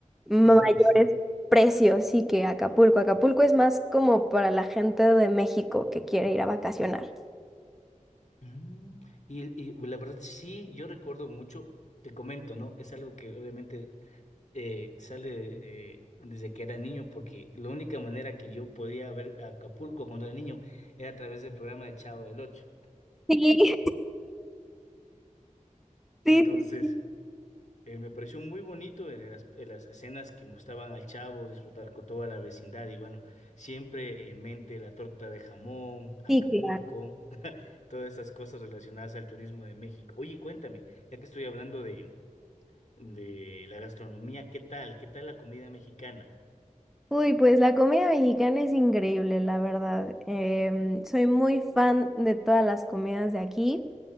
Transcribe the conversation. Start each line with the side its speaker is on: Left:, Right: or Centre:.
Centre: mayores
Left: Un plus.
Centre: precios, sí, que Acapulco. Acapulco es más como para la gente de México que quiere ir a vacacionar.
Left: Mm, y, y la verdad, sí, yo recuerdo mucho, te comento, ¿no? Es algo que obviamente eh, sale eh, desde que era niño, porque la única manera que yo podía ver Acapulco cuando era niño era a través del programa de Chavo del Ocho.
Centre: Sí, <laughs>
Left: Entonces,
Centre: sí, sí,
Left: eh, me pareció muy bonito en las, en las escenas que mostraban al Chavo, disfrutar con toda la vecindad y bueno, siempre en mente la torta de jamón, Acapulco,
Centre: sí, claro.
Left: <laughs> todas esas cosas relacionadas al turismo de México. Oye, cuéntame, ya que estoy hablando de, de la gastronomía, ¿qué tal? ¿Qué tal la comida mexicana?
Centre: Uy, pues la comida mexicana es increíble, la verdad. Em, soy muy fan de todas las comidas de aquí.